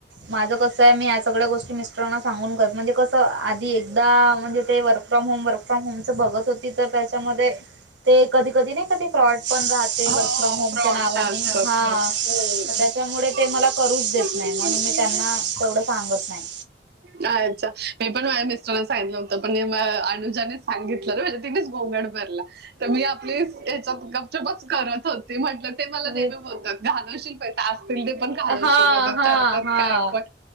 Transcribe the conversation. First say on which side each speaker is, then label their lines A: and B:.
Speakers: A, on the right; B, on the right.
A: माझं कसं आहे, मी या सगळ्या गोष्टी मिस्टरांना सांगून करते. म्हणजे कसं, आधी एकदा म्हणजे ते वर्क फ्रॉम होम वर्क पण, यांचं बघत होती तर त्याच्यामध्ये ते कधी-कधी नाही का कधी फ्रॉड पण राहते,
B: हो
A: वर्क
B: हो
A: फ्रॉम होमच्या
B: फ्रॉडच्या
A: नावाने.
B: असतात
A: हा
B: हो. हम्म.
A: तर त्याच्यामुळे
B: त्यामुळे-
A: ते मला करूच देत
B: त्यामुळे
A: नाही, म्हणून
B: म्हटलं
A: मी त्यांना तेवढं सांगत नाही.
B: अच्छा, मी पण माझ्या मिस्टरांना सांगितलं तो पण अनुजाने सांगितलं, म्हणजे तिनेच गोंगाट भरला. तर मी आपली तेच्यात गपचूपच करतं होते. म्हटलं ते मला नेहमी
A: मी
B: बोलतात घालवशील पैसे असतील ते पण घालवशील
A: हा
B: म्हणतात,
A: हा
B: करत्यात
A: हा
B: काय पण?